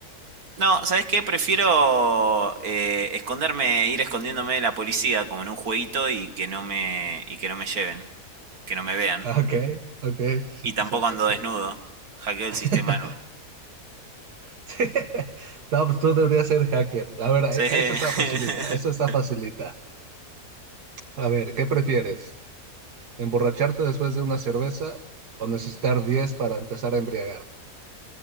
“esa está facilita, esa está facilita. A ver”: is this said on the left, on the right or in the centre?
Right